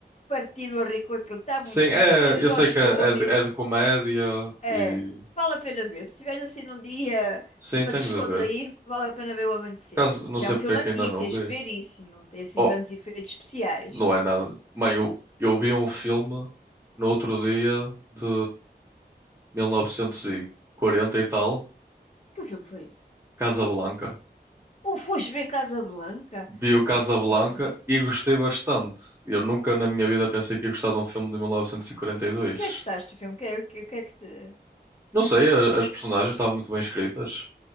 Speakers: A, on the left; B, on the right.
A: partido a rir com aquilo, está
B: Sim,
A: muito fixe.
B: é,
A: E depois o
B: eu
A: George
B: sei que
A: Clooney.
B: é, é de, é de comédia
A: É,
B: e.
A: vale a pena ver. Se estiveres assim num dia
B: Sim,
A: para
B: tenho
A: te descontrair,
B: de ver.
A: vale a pena ver o amanhecer.
B: Por Caso, não
A: Já
B: sei
A: é um
B: porque
A: filme
B: é que
A: antigo,
B: ainda não
A: tens
B: vi.
A: que ver isso, não tem assim
B: Oh,
A: grandes efeitos especiais.
B: não é nada. Mãe, eu, eu vi um filme no outro dia de mil novecentos e quarenta e tal,
A: Que filme foi esse?
B: Casablanca.
A: Ou foste ver Casa Blanca?
B: Vi o Casablanca
A: Sim, senhora.
B: e gostei bastante. Eu nunca na minha vida pensei que ia gostar de um filme de mil novecentos e e quarenta e dois
A: E o que é que gostaste do filme? O que é, o que o que é que te.
B: Não sei, a- as personagens estavam muito bem escritas.